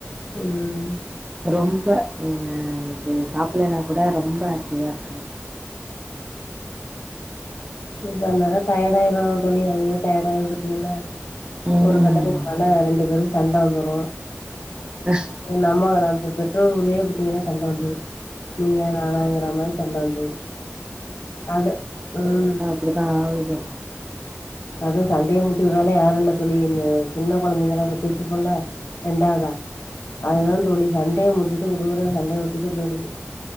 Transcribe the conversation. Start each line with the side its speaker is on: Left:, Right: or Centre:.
Left: ம்
Right: ரொம்ப நீங்க இது சாப்பட்லன்னா கூட ரொம்ப ஆக்டிவவ இருக்க
Left: நே டயர்டா ஆயிருவாங்க தோழி அதுவே டர்ட ஆயி பாத்தீங்கன்னா
Right: ம்.
Left: ஒரு கட்டத்துக்கு மேல ரெண்டு பேரு சண்ட வந்துரு
Right: <inaudible>
Left: நம்மா நா இப்ப பெற்றோர் உள்ளே பாத்தீங்கன்னா சண்ட வந்துரு நீயா நானாங்கற மாரி சண்ட வந்தது அது ம்
Right: இப்படி தா ஆகுது
Left: அதுவு சண்டையை மூட்டி விர வேல யாரு இல்ல தோழி சின்ன கொழந்தைங்களா பெத்து வச்சுருக்கோல ரெண்டாவதா அதுதா தோழி சண்டையை முட்டுட்டு குடும்பத்தை சண்டையை மூட்டிட்டு போயிடுது